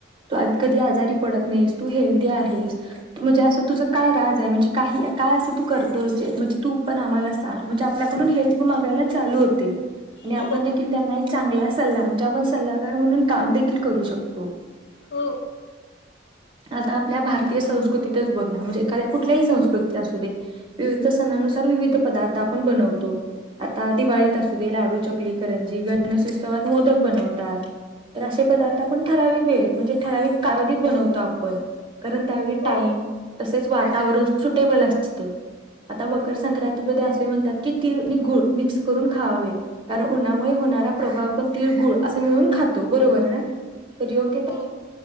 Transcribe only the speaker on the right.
तू कधी आजारी पडत नाहीस तू हेल्दी आहेस म्हणजे असं तुझ काय राज आहे म्हणजे काही काय असं तू करतोस जे म्हणजे तू पण आम्हाला सांग म्हणजे आपल्याकडून हेल्प मागायला चालू होते. आणि आपण
देखील त्यांना एक चांगल असत. सल्ला म्हणजे आपण सल्लागार म्हणून काम देखील करू शकतो.
आता आपल्या भारतीय संस्कृतीतच बघ ना म्हणजे एखाद्या कुठल्याही संस्कृतीत असू दे विविध सणानुसार विविध पदार्थ आपण बनवतो. आता दिवाळीत
असू दे लाडू, चकली, चकली, करंजी, <unintelligible> गणपतीत मोदक बनवतात, तर असे पदार्थ
आपण ठराविक वेळेत म्हणजे ठराविक कालावधीत बनवतो. आपण कारण त्यावेळी
टाईम तसेच वातावरण सुटेबल असत आता मग मकर संक्रांतीमध्ये
असे म्हणतात की, तीळ आणि गुळ मिक्स करून खावेवे कारण उन्हामुळे होणारा प्रभाव आपण तीळगुळ असं मिळून खातो बरोबर ना, तर योग्य
<unintelligible>